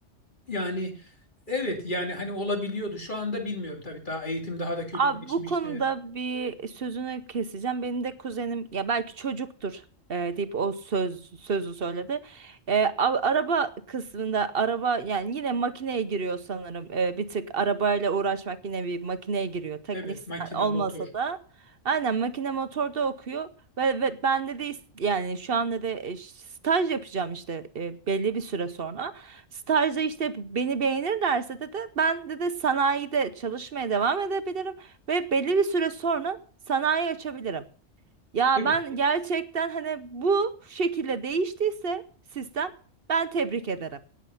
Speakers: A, on the left; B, on the right.
A: Yani evet yani hani olabiliyordu. Şu anda bilmiyorum tabii daha eğitim daha da kötüleşmiştir.
B: Abi bu konuda bir sözünü keseceğim. Benim de kuzenim ya belki çocuktur e, deyip o söz sözü söyledi. E, a- araba kısmında araba yani yine makineye giriyor sanırım. E, bir tık arabayla uğraşmak yine bir makineye giriyor. Teknik
A: Evet
B: sa-
A: makine
B: olmasa
A: motor.
B: da aynen makine motorda okuyor. Ve, ve ben de, de is- yani şu anda da e, staj yapacağım işte e, belli bir süre sonra. Stajda işte beni beğenirlerse de de ben de de sanayide çalışmaya devam edebilirim ve belli bir süre sonra sanayi açabilirim. Ya
A: Evet.
B: ben gerçekten hani bu şekilde değiştiyse sistem ben tebrik ederim.